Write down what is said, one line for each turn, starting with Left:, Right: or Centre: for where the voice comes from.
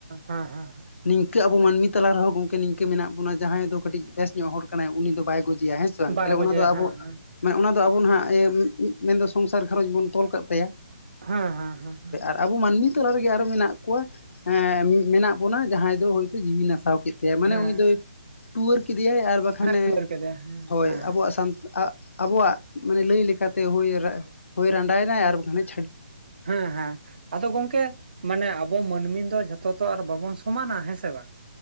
Right: ᱦᱮᱸ ᱦᱮᱸ
Left: ᱱᱤᱝᱠᱟᱹ ᱟᱵᱚ ᱢᱟᱹᱱᱢᱤ ᱛᱟᱞᱟ ᱨᱮᱦᱚᱸ ᱜᱚᱝᱠᱮ ᱱᱤᱝᱠᱟᱹ ᱢᱮᱱᱟᱜ ᱵᱚᱱᱟᱹ ᱡᱟᱦᱟᱸᱭ ᱫᱚ ᱠᱟᱹᱴᱤᱡ ᱵᱮᱥ ᱧᱚᱜ ᱦᱚᱲ ᱠᱟᱱᱟᱭ ᱩᱱᱤ ᱫᱚ ᱵᱟᱭ ᱜᱚᱡᱮᱭᱟ ᱦᱮᱸ ᱥᱮ? ᱥᱮ ᱵᱟᱝ
Right: ᱵᱟᱭ
Left: ᱛᱟᱦᱚᱞᱮ ᱚᱱᱟ
Right: ᱜᱚᱡᱮᱭᱟ
Left: ᱫᱚ ᱟᱵᱚ
Right: ᱦᱮᱸ ᱦᱮᱸ
Left: ᱢᱟᱱᱮ ᱚᱱᱟ ᱫᱚ ᱟᱵᱚ ᱱᱟᱦᱟᱜ ᱢᱮᱱᱫᱚ ᱥᱚᱝᱥᱟᱨ ᱜᱷᱟᱨᱚᱸᱡᱽ ᱵᱚᱱ ᱛᱚᱞ ᱠᱟᱜ ᱛᱟᱭᱟᱹ
Right: ᱦᱮᱸᱼᱦᱮᱸ ᱦᱮᱸᱼᱦᱮᱸ ᱦᱮᱸᱼᱦᱮᱸ
Left: ᱟᱵᱚ ᱢᱟᱹᱱᱢᱤ ᱛᱟᱞᱟ ᱨᱮᱜᱮ ᱟᱨᱚ ᱢᱮᱱᱟᱜ ᱠᱚᱣᱟ ᱦᱮᱸ ᱢᱮᱱᱟᱜ ᱵᱚᱱᱟ ᱡᱟᱦᱟᱸᱭ ᱫᱚ ᱦᱚᱭᱛᱳ ᱡᱤᱣᱤᱭ ᱱᱟᱥᱟᱣ ᱠᱮᱫ ᱛᱟᱭᱟ ᱠᱮᱫᱮᱭᱟᱭ ᱢᱟᱱᱮ
Right: ᱦᱮᱸ
Left: ᱩᱱᱤ
Right: ᱦᱮᱸ
Left: ᱫᱚᱭ ᱴᱩᱣᱟᱹᱨ ᱠᱮᱫᱮᱭᱟᱭ ᱟᱨ ᱵᱟᱠᱷᱟᱱᱮ
Right: ᱦᱮᱸ ᱴᱩᱣᱟᱹᱨ ᱠᱮᱫᱮᱭᱟ ᱦᱮᱸ
Left: ᱦᱳᱭ
Right: ᱦᱮᱸ
Left: ᱟᱵᱚᱣᱟᱜ ᱥᱟᱱ-ᱟ ᱟᱵᱚᱣᱟᱜ ᱢᱟᱱᱮ ᱞᱟᱹᱭ ᱞᱮᱠᱟ ᱛᱮ ᱦᱩᱭ ᱨᱟᱸᱰᱟᱭ ᱱᱟᱭ ᱟᱨ ᱵᱟᱠᱷᱟᱱ ᱮ
Right: ᱦᱮᱸ ᱦᱮᱸ ᱟᱫᱚ ᱜᱚᱝᱠᱮ ᱢᱟᱱᱮ ᱟᱵ ᱟᱵᱚ ᱢᱟᱹᱱᱢᱤ ᱫᱚ ᱡᱷᱚᱛᱚ ᱫᱚ ᱟᱨ ᱵᱟᱵᱚᱱ ᱥᱚᱢᱟᱱᱟ ᱦᱮᱸ ᱥᱮ ᱵᱟᱝ